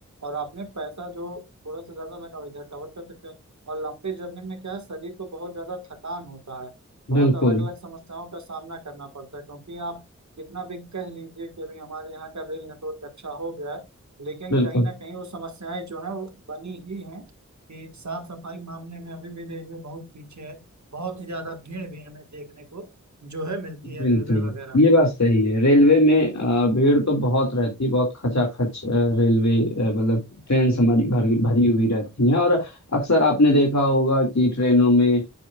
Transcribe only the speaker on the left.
बिल्कुल
बिल्कुल
बिल्कुल
ये बात
सही है रेलवे में अ, भीड़ तो बहुत रहती है बहुत खचाखच अ, रेलवे अ, मतलब ट्रेन हमारी
भरी भरी हुई रहती हैं और अक्सर आपने देखा होगा कि ट्रेनों में